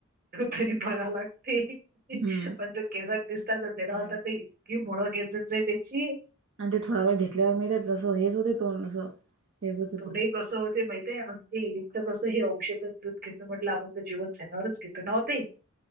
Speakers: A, on the right; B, on the right.
A: त तरी बरा लागते
B: हम्म
A: पण तू केसर पिस्ता त तेलावता
B: घ्या वाटते.
A: ते कि मुळं घेतत जाई त्याची
B: आणि ते थोडा वेळ घेतल्यावर मिळतेत अससं हेच होते असं वेगळंच होते.
A: तोंडही कसं होते माहितय अ ते एकं कसं हे औषध दूध घेत म्हटल आप फ जेवण झाल्यावरच घेत ना वाते